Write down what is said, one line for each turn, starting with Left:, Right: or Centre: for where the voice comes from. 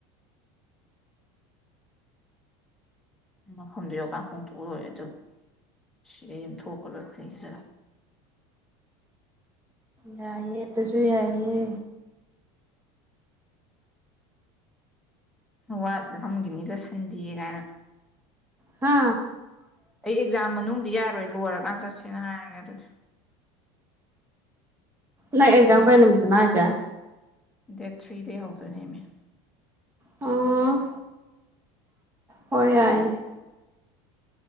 Centre: ꯃꯐꯝꯗꯨ ꯌꯣꯀ ꯍꯣꯡ ꯊꯣꯛꯣꯛꯑ ꯂꯣꯏ ꯑꯗꯨ ꯁꯤꯗꯩ ꯑꯃ ꯊꯣꯛꯈ ꯂꯣꯏ ꯐꯅꯤꯦꯛ ꯈꯖꯂ
Right: ꯌꯥꯏꯌꯦ ꯑꯗꯨꯁꯨ ꯌꯥꯏꯌꯦ
Centre: ꯋꯥ ꯂꯝꯒꯤꯅꯤꯗꯣ ꯁꯟꯗꯤꯌꯦ ꯀꯥꯏꯅ
Right: ꯍꯥ
Centre: ꯑꯩ ꯑꯦꯛꯖꯥꯝ ꯃꯅꯨꯡꯗ ꯌꯥꯔꯣꯏ ꯂꯣꯏꯔꯀꯥꯟ ꯆꯠꯁꯦꯅ ꯍꯥꯏꯔꯒꯦ ꯑꯗꯨꯗꯤ
Right: ꯅꯪ ꯑꯦꯛꯖꯝ
Centre: ꯑꯩ
Right: ꯀꯥꯏ ꯅꯨꯃꯤꯠꯇꯣꯅ ꯑꯩꯖꯥ
Centre: ꯗꯦꯠ ꯊ꯭ꯔꯤꯗꯩ ꯍꯧꯗꯣꯏꯅꯦꯃꯤ
Right: ꯑꯣ ꯍ ꯌꯥꯏ